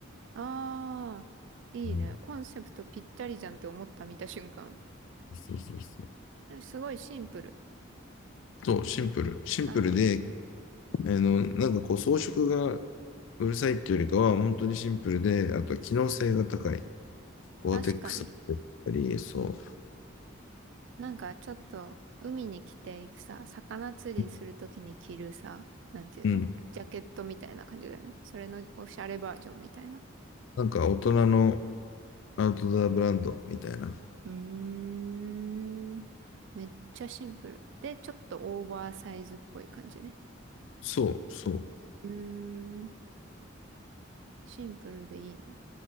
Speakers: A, on the right; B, on the left.
A: ああ、いいね。
B: うん、
A: コンセプトぴったりじゃんって思った見た瞬間。
B: そうそうそう。
A: すごいシンプル。
B: そう、シンプル。シンプルで
A: ああ、
B: あの、なんかこう装飾がうるさいっていうよりかは、本当にシンプルで、あとは機能性が高い。ゴアテックスだったり、
A: 確かに。
B: そ
A: なんかちょっと海に着ていくさ、魚釣りするときに着るさ、
B: う。
A: なんていうのジャケットみたいな感じだよね。
B: うん。
A: それのおしゃれバージョンみたいな。
B: なんか大人のアウトドアブランドみたいな。
A: うーん。めっちゃシンプル。で、ちょっとオーバーサイズっぽい感じね。
B: そう、そ
A: うーん。シンプルでいいね。